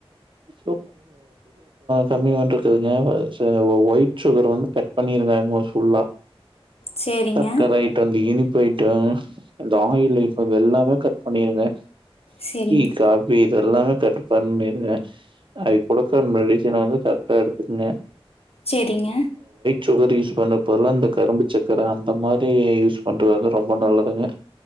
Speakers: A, on the right; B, on the left.
A: <unintelligible> கம்மி பன்றதுங்க வச ஒயிட் சுகர் வந்து கட் பண்ணிருங்க ஃபுல்லா
B: சேரிங்க
A: சக்கர அயிட்டோ இந்த இனிப்பய்ட்டொ இந்த ஆயில் இப்ப இது எல்லாமே கட் பண்ணிருங்க
B: சேரிங்க
A: டீ காபி இதெல்லாமே கட் பண்ணிருங்க அவிங் குடுக்கற மெடிசன்ன வந்து கரெக்டா எடுத்துக்கங்க
B: சேரிங்க
A: சுகர் யூஸ் பண்றக் பதிலா இந்த கரும்பு சக்கர அந்த மாரி யூஸ் பண்றது வந்து ரொம்ப நல்லதுங்க